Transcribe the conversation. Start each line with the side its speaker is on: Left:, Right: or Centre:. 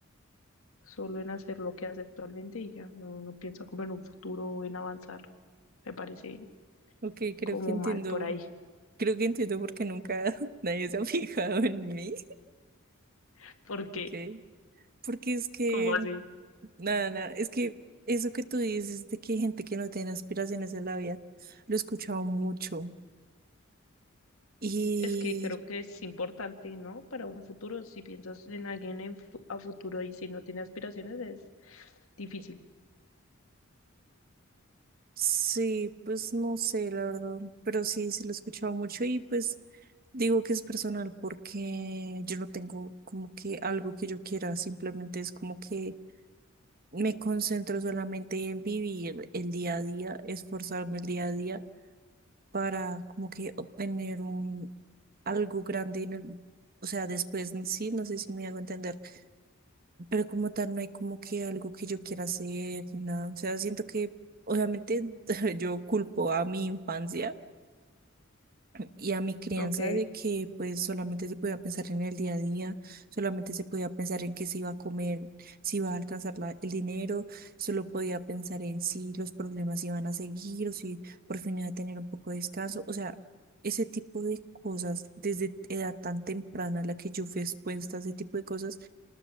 Left: solo en hacer lo que hace actualmente y ya no, no piensa como en un futuro o en avanzar. Me parece
Right: ok, creo
Left: como
Right: que entiendo.
Left: mal por ahí,
Right: Creo que entiendo por qué nunca <laughs> nadie se ha fijado en mí,
Left: <laughs> porque
Right: ¿ok? Porque es que,
Left: como así?
Right: nada, nada, es que eso que tú dices de que hay gente que no tiene aspiraciones en la vida, lo he escuchado mucho. Y
Left: Es que creo que es importante, ¿no? Para un futuro, si piensas en alguien en fu- a futuro y si no tiene aspiraciones, es difícil.
Right: sí, pues no sé, la verdad, pero sí, sí lo he escuchado mucho y pues digo que es personal porque yo no tengo como que algo que yo quiera, simplemente es como que me concentro solamente en vivir el día a día, esforzarme el día a día para como que obtener un algo grande en el- o sea, después en sí, no sé si me hago entender, pero como tal no hay como que algo que yo quiera hacer ni nada, o sea, siento que obviamente <laughs> yo culpo a mi infancia y a mi crianza
Left: Ok,
Right: de que pues solamente se podía pensar en el día a día, solamente se podía pensar en qué se iba a comer, si iba a alcanzar la- el dinero, solo podía pensar en si los problemas iban a seguir o si por fin iba a tener un poco de descanso, o sea, ese tipo de cosas desde edad tan temprana a la que yo fui expuesta a ese tipo de cosas,